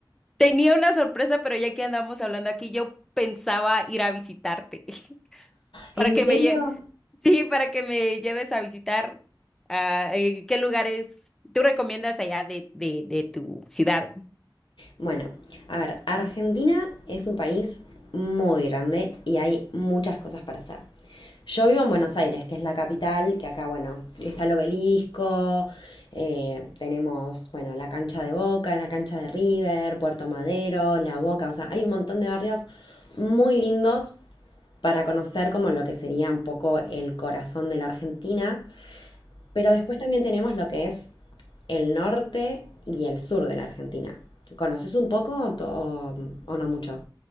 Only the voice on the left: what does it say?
¿En
serio?
Bueno, a ver, Argentina es un país muy grande y hay muchas cosas para hacer. Yo vivo en Buenos Aires, que es la capital, que acá, bueno, está el obelisco, eh, tenemos, bueno, la cancha de Boca, la cancha de River, Puerto Madero, La Boca, o sea, hay un montón de barrios muy lindos para conocer como lo que sería un poco el corazón de la Argentina. Pero después también tenemos lo que es el norte y el sur de la Argentina. ¿Conoces un poco o, to- o- o no mucho?